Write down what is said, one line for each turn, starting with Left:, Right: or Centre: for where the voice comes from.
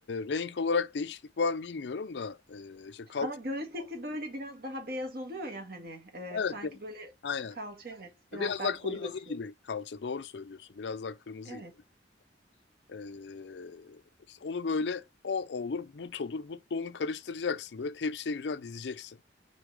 Left: renk olarak değişiklik var mı bilmiyorum da eee işte kalça.
Right: Ama göğüs eti böyle biraz daha beyaz oluyor ya hani e,
Left: Evet,
Right: sanki
Left: evet.
Right: böyle
Left: aynen.
Right: kalça evet biraz
Left: Biraz
Right: daha
Left: daha kırmızı
Right: koyulaşıyor.
Left: gibi kalça. Doğru söylüyorsun. Biraz daha kırmızı
Right: Evet.
Left: gibi. Ee, işte onu böyle o olur, but olur. Butla onu karıştıracaksın. Böyle tepsiye güzel dizeceksin.